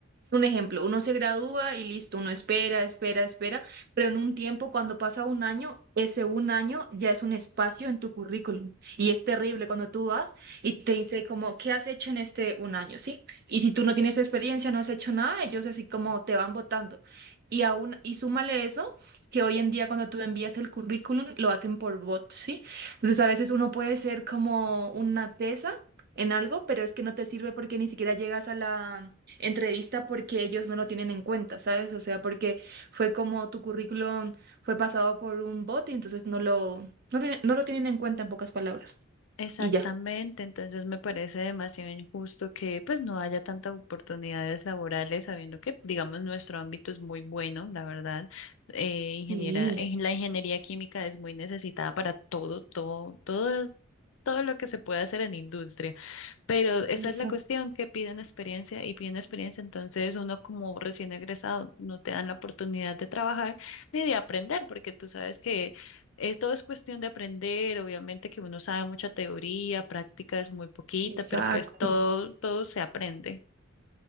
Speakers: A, on the right; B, on the left.
A: un ejemplo, uno se gradúa y listo, uno espera, espera, espera, pero en un tiempo, cuando pasa un año, ese un año ya es un espacio en tu currículum y es terrible cuando tú vas y te dice como, ¿qué has hecho en este un año? ¿Sí? Y si tú no tienes experiencia, no has hecho nada, ellos así como te van votando. Y aún, y súmale eso, que hoy en día cuando tú envías el currículum, lo hacen por bot, ¿sí? Entonces, a veces uno puede ser como una tesa en algo, pero es que no te sirve porque ni siquiera llegas a la entrevista porque ellos no lo tienen en cuenta, ¿sabes? O sea, porque fue como tu currículum fue pasado por un bot y entonces no lo, no tiene- no lo tienen en cuenta en pocas palabras.
B: Exactamente,
A: Y ya.
B: entonces me parece demasiado injusto que pues no haya tantas oportunidades laborales, sabiendo que, digamos, nuestro ámbito es muy bueno, la verdad. Eh, ingeniera,
A: Sí,
B: en la ingeniería química es muy necesitada para todo, todo, todo, todo lo que se puede hacer en industria. Pero esa
A: exacto.
B: es la cuestión, que piden experiencia y piden experiencia, entonces uno como recién egresado no te dan la oportunidad de trabajar ni de aprender, porque tú sabes que es todo es cuestión de aprender, obviamente que uno sabe mucha teoría, práctica es muy poquita,
A: Exacto.
B: pero pues todo, todo se aprende.